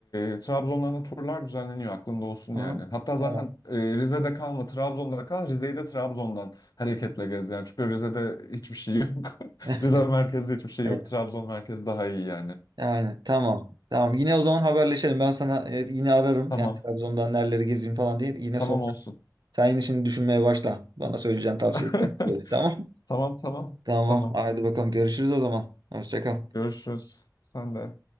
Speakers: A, on the left; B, on the right.
A: e, Trabzon'dan da turlar düzenleniyor aklında olsun
B: Hı
A: yani.
B: hı.
A: Hatta zaten
B: Tamam.
A: e, Rize'de kalma Trabzon'da kal Rize'yi de Trabzon'dan hareketle gez yani. Çünkü Rize'de hiçbir şey yok.
B: <laughs>
A: <laughs> Rize merkezde hiçbir şey
B: Evet.
A: yok. Trabzon merkezi daha iyi yani.
B: Yani tamam. Tamam. Yine o zaman haberleşelim. Ben sana e, yine ararım.
A: Tamam.
B: Yani Trabzon'dan nereleri gezeyim falan diye yine
A: Tamam
B: soracağım.
A: olsun.
B: Sen yine şimdi düşünmeye başla. Bana söyleyeceğin tavsiye
A: <laughs>
B: edeceğin Tamam.
A: Tamam tamam.
B: <laughs> Tamam.
A: Tamam.
B: Hadi bakalım. Görüşürüz o zaman. Hoşça kal.
A: Görüşürüz. Sen de.